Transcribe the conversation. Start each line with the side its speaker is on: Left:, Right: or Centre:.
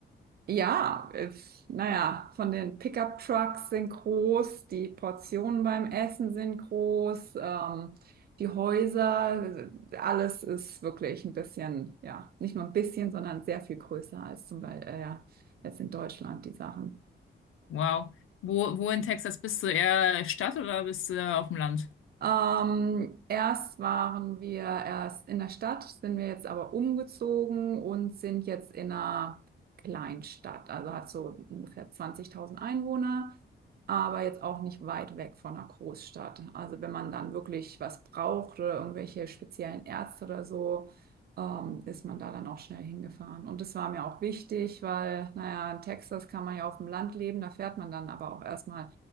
Right: ja, es- naja, von den Pickup-Trucks sind groß, die Portionen beim Essen sind groß, ähm, die Häuser, alles ist wirklich ein bisschen, ja, nicht nur ein bisschen, sondern sehr viel größer als zum Beispiel äh, ja, jetzt in Deutschland die Sachen.
Left: Wow. Wo, wo in Texas bist du? Eher Stadt oder bist du auf dem Land?
Right: Ähm, erst waren wir erst in der Stadt, sind wir jetzt aber umgezogen und sind jetzt in einer Kleinstadt. Also hat so ungefähr 20.000 Einwohner, aber jetzt auch nicht weit weg von einer Großstadt. Also wenn man dann wirklich was braucht oder irgendwelche speziellen Ärzte oder so, ähm, ist man da dann auch schnell hingefahren. Und das war mir auch wichtig, weil, naja, in Texas kann man ja auf dem Land leben, da fährt man dann aber auch erstmal